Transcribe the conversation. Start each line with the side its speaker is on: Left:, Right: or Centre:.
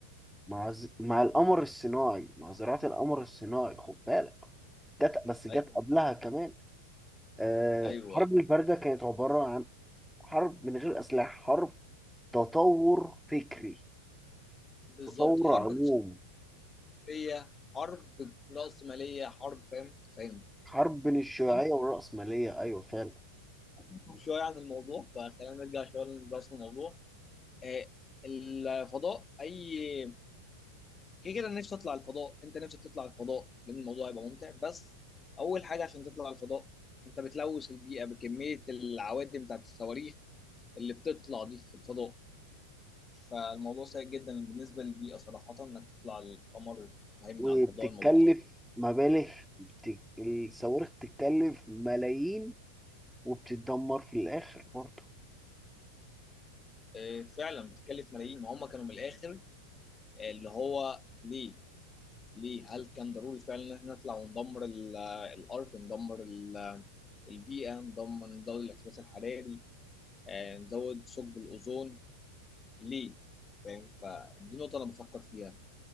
Centre: مع ز- مع القمر الصناعي مع زراعة القمر الصناعي خد بالك جت بس جت
Left: ايوه
Centre: قبلها كمان آه،
Left: ايوه
Centre: حرب الباردة كانت عبارة عن حرب من غير أسلحة حرب تطور فكري
Left: بالظبط
Centre: تطور
Left: حرب
Centre: عموم
Left: ليا حرب رأسمالية حرب فاهم فاهم
Centre: حرب بين الشيوعية
Left: انت
Centre: والرأسمالية أيوة فعلا
Left: تفهم شوية عن الموضوع فخلينا نرجع شوية لرأس الموضوع آه، الفضاء أي كده كده أنا نفسي أطلع الفضاء أنت نفسك تطلع الفضاء لأن الموضوع هيبقى ممتع بس أول حاجة عشان تطلع الفضاء أنت بتلوث البيئة بكمية العوادم بتاعت الصواريخ اللي بتطلع دي في الفضاء فالموضوع سيء جدا بالنسبة للبيئة صراحة إنك تطلع القمر وتهيمن
Centre: وبتتكلف
Left: على الفضاء الموضوع سيء
Centre: مبالغ بت... الصواريخ بتتكلف ملايين وبتتدمر في الآخر برضه
Left: آه، فعلا بتكلف ملايين ما هم كانوا من الآخر اللي هو ليه ليه هل كان ضروري فعلا ان احنا نطلع وندمر ال- الارض وندمر ال- البيئه ندمر نزود الاحتباس الحراري آه، نزود ثقب الاوزون ليه فاهم فدي نقطه انا بفكر فيها